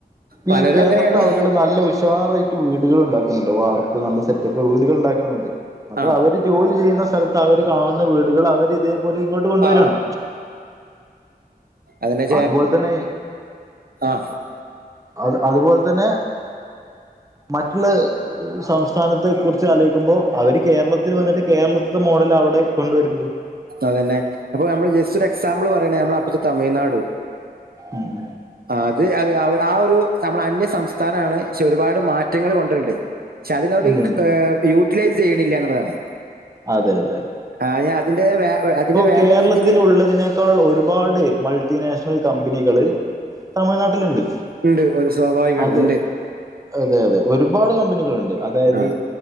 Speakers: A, on the right; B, on the right.
A: പലരും
B: ഇ ഈ കേരളത്തെ
A: അങ്ങനെയാണ്
B: ആളുകൾ നല്ല ഉഷാറായിട്ട് വീടുകൾ ഉണ്ടാക്കുന്നുണ്ട് വാർപ്പ് നല്ല സെറ്റപ്പ് വീടുകൾ ഉണ്ടാക്കുന്നുണ്ട് അത്
A: ആ
B: അവര് ജോലി ചെയ്യുന്ന സ്ഥലത്ത് അവര് കാണുന്ന വീടുകൾ അവർ ഇതേപോലെ ഇങ്ങോട്ട് കൊണ്ടുവരകയാണ്
A: ആ അതിനെ
B: അതുപോലെ തന്നെ
A: ആ
B: അത് അതുപോലെ തന്നെ മറ്റുള്ള സംസ്ഥാനത്തെ കുറിച്ച് ആലോചിക്കുമ്പോൾ അവര് കേരളത്തിൽ വന്നിട്ട് കേരളത്തിത്തെ മോഡൽ അവിടെ കൊണ്ടുവരുന്നുണ്ട്
A: അതന്നെ അപ്പൊ നമ്മള് ജസ്റ്റ് ഒരു എക്സാമ്പിൾ പറയണേമ്മ അപ്പത്തെ തമിഴ്നാടോ
B: ഉം
A: ആ അത് അത് ആ ഒരു നമ്മുടെ അന്യ സംസ്ഥാനണ് പക്ഷെ ഒരുപാട് മാറ്റങ്ങൾ കൊണ്ടരുണ്ട് പക്ഷെ അതിനവര്
B: ഉണ്ട്ണ്ട്
A: ഏർ യൂട്ടിലൈസ് ചെയ്യണില്ല എന്നുള്ളതാണ്
B: അതെ അതെ
A: ആഹ് ഞാ അതിന്റെ വേ അതിന്റെ
B: ഇപ്പോ
A: വേണ്ട
B: കേരളത്തിലുള്ളതിനെ
A: രീതിയിൽ
B: ക്കാൾ. ഒരുപാട് മൾട്ടിനാഷണൽ കമ്പനികള് തമിഴ്നാട്ടിലുണ്ട്
A: ഉണ്ട് ഒരു സ്വാഭാവിക
B: അത്
A: ഉ ഉണ്ട്
B: അതെ അതെ ഒരുപാട് കമ്പനികൾുണ്ട് അതായത്
A: ആ